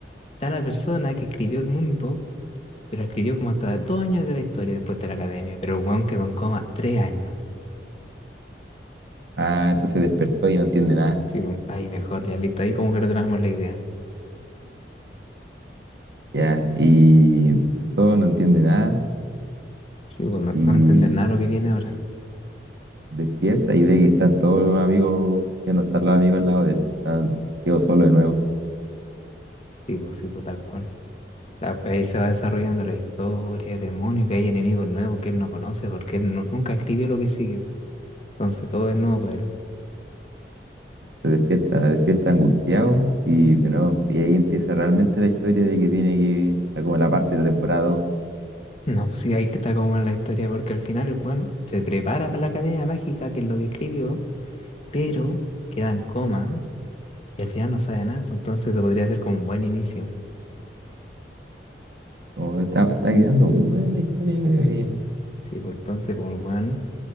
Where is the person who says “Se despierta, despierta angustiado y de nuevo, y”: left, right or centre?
Right